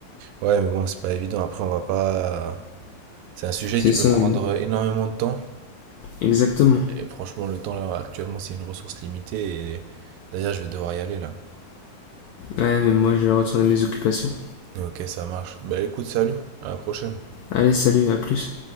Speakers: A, on the right; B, on the left.
A: Ouais, mais bon, c'est pas évident. Après, on va pas. C'est un sujet
B: C'est
A: qui peut
B: ça,
A: prendre énormément de temps.
B: exactement.
A: Et franchement, le temps, là, actuellement, c'est une ressource limitée. Et d'ailleurs, je vais devoir y aller, là.
B: Ouais, mais moi, je vais retourner à mes occupations.
A: Ok, ça marche. Bah écoute, salut, à la prochaine.
B: Allez, salut, à plus.